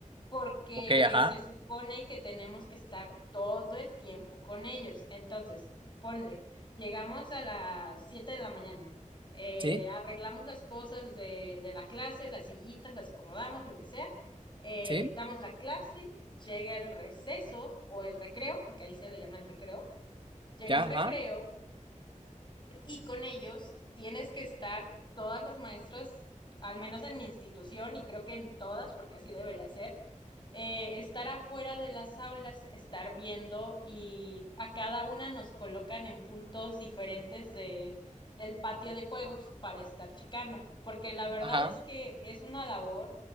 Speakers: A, on the left; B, on the right.
A: porque
B: Ok, ajá.
A: se supone que tenemos que estar todo el tiempo con ellos. Entonces, ponle, llegamos a las 7 de la mañana, eh,
B: Sí,
A: arreglamos las cosas de, de la clase, las sillitas, las acomodamos, lo que sea, eh,
B: sí,
A: damos la clase, llega el receso o el recreo, porque ahí se le llama el recreo, llega
B: ya,
A: el recreo
B: ajá.
A: y con ellos tienes que estar todas las maestras, al menos en mi institución y creo que en todas, porque así debería ser eh, estar afuera de las aulas, estar viendo y a cada una nos colocan en puntos diferentes de, del patio de juegos para estar checando, porque la verdad
B: Ajá.
A: es que es una labor